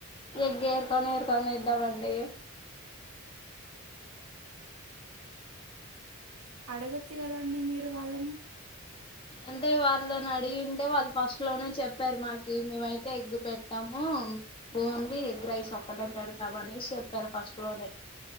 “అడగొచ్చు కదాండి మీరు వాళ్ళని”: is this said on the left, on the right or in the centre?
Right